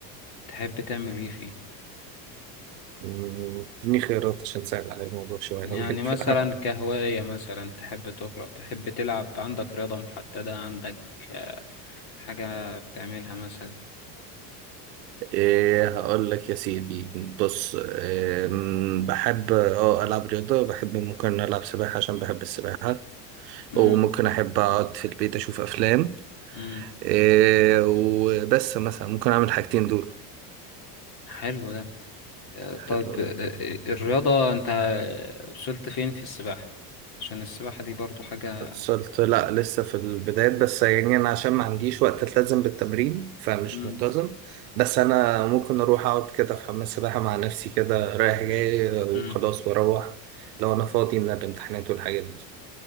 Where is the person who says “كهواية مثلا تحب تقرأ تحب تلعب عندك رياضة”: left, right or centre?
Left